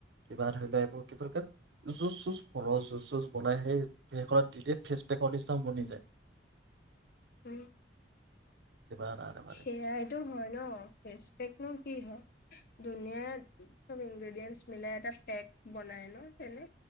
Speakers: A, on the right (about 70°); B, on the left (about 55°).
A: কিবা ধৰি লোৱা এইবোৰ ক জু চু ফৰ জু চুচ বনাই সেই সেইখনত থিকেই ফেচবোক তে কলষ্ঠান বনি যায়।
B: উম
A: কিবা এটা এনেকুৱা লাগিছে
B: সেইয়াইটো হয় ন পেকনো কি হয় ধুনীয়া চব ইনগ্ৰেডিয়েন্টচ মিলাই এটা পেক বনাই ন তেনে